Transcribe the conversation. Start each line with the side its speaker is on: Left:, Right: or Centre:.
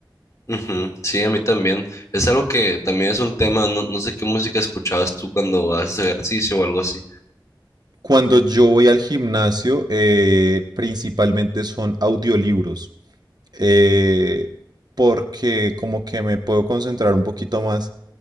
Left: ujú, Sí, a mí también. Es algo que también es un tema, no, no sé qué música escuchabas tú cuando haces ejercicio o algo así.
Right: Cuando yo voy al gimnasio, eh, principalmente son audiolibros, eh, porque como que me puedo concentrar un poquito más